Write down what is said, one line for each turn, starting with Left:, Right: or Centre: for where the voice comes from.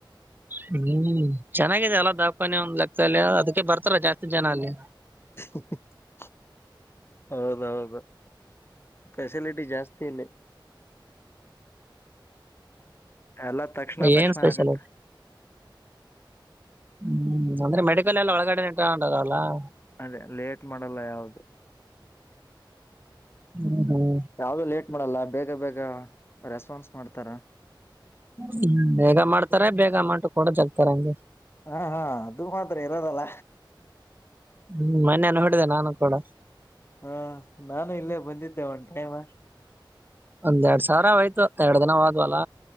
Right: ಹ್ಮ್ ಚೆನ್ನಾಗಾಗಿದೆ ಎಲ್ಲ ದಾವಖಾನೆ ಒಂದ್ ಲಕ್ಷ ಅಲ್ಲಯ ಅದಕ್ಕೆ ಬರ್ತಲ್ಲ ಜಾಸ್ತಿ ಜನ ಅಲ್ಲಿ.
Left: <unintelligible> ಹೌದೌದು ಫೆಸಿಲಿಟಿ ಜಾಸ್ತಿ ಇಲ್ಲಿ. ಎಲ್ಲಾ ತಕ್ಷಣ ತಕ್ಷಣ
Right: ಏನ್ ಸ್ಪೆಷಲ್
Left: ಆಗುತ್ತೆ.
Right: ಹ್ಮ್ ಅಂದ್ರೆ ಮೆಡಿಕಲ್ ಎಲ್ಲ ಒಳಗಡೆ <unintelligible>
Left: ಅದೇ ಲೇಟ್ ಮಾಡಲ್ಲ ಯಾವ್ದು
Right: ಹ್ಮ್ ಹ್ಮ್
Left: ಯಾವ್ದೂ ಲೇಟ್ ಮಾಡಲ್ಲ ಬೇಗ ಬೇಗ ರೆಸ್ಪಾನ್ಸ್ ಮಾಡ್ತಾರ
Right: ಹ್ಮ ಬೇಗ ಮಾಡ್ತಾರೆ ಬೇಗ ಅಮೌಂಟ್ ಕೂಡ ಜಗ್ತಾರ ನಂಗೆ
Left: ಹ್ಮ್ಮ್ ಹ್ಮ್ಮ್ ಅದು ಮಾತ್ರ ಇರೋದಲ್ಲ.
Right: ಹ್ಮ್ ಮೊನೆ ನೋಡಿದೆ ನಾನು ಕೂಡ.
Left: ಹಾ ನಾನು ಇಲ್ಲೇ ಬಂದಿದ್ದೆ ಒನ್ ಟೈಮ.
Right: ಒಂದ್ ಎರಡ್ ಸಾವಿರ ಆಯ್ತು ಎರಡ್ ದಿನವಾದ್ವಲ್ಲ.